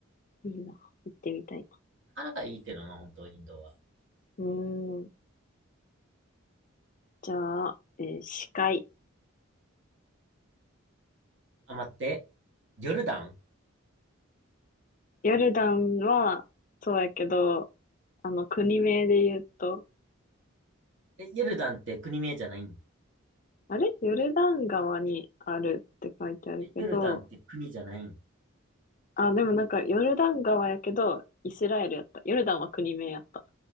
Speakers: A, on the left; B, on the right.
A: いいな。行ってみたいな。
B: あなたいいけどな、本当インドは。
A: うーん。じゃあ、えー司会。
B: あ、待って。ヨルダン
A: ヨルダンは、そうやけど、あの、国名で言うと、
B: え、ヨルダンって国名じゃないん
A: あれヨルダン川にあるって書いてあるけど、
B: え、ヨルダンって国じゃないん
A: あ、でもなんか、ヨルダン川やけど、イスラエルやった。ヨルダンは国名やった。